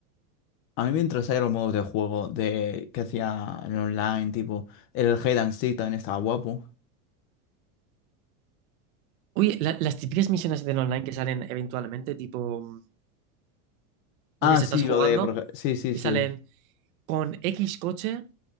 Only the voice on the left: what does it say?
A mí me interesaban los modos de juego de que hacía en online, tipo el Hide and Seek también estaba guapo.
Ah,
sí,
lo de por ej- sí, sí,
sí.